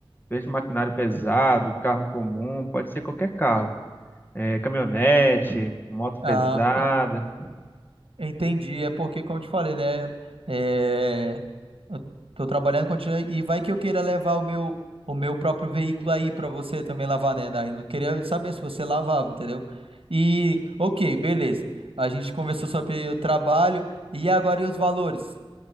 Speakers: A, on the left (about 20°); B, on the right (about 80°).
A: desde maquinário pesado,
B: Uhum.
A: carro comum, pode ser qualquer carro, é, caminhonete, moto
B: Ah,
A: pesada.
B: en- entendi. É porque, como eu te falei, né? É, eu tô trabalhando contigo e vai que eu queira levar o meu, o meu próprio veículo aí pra você também lavar, né? Daí eu queria saber se você lavava, entendeu? E, ok, beleza. A gente conversou sobre o trabalho e agora e os valores?